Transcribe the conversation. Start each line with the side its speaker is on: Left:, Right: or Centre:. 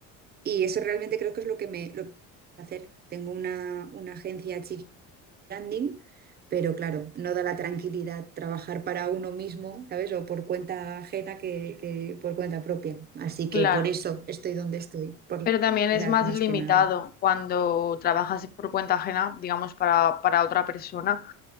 Right: Y eso realmente creo que es lo que me lo que hacer. Tengo una, una agencia chiquita branding, pero claro, no da la tranquilidad trabajar para uno mismo, ¿sabes? O por cuenta ajena que, que por cuenta propia. Así que
Left: claro.
Right: por eso estoy donde estoy, por
Left: Pero
Right: la
Left: también
Right: tranquilidad
Left: es más
Right: más
Left: limitado
Right: que nada.
Left: cuando trabajas por cuenta ajena, digamos, para, para otra persona.